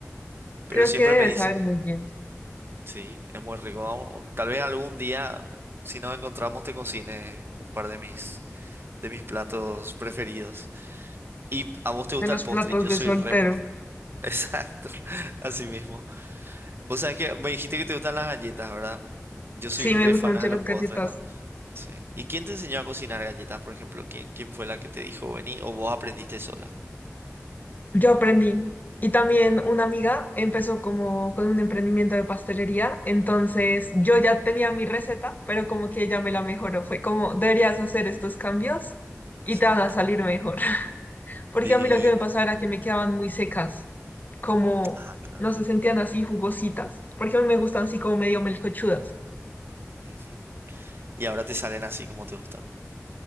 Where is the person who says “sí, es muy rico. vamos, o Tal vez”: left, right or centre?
Right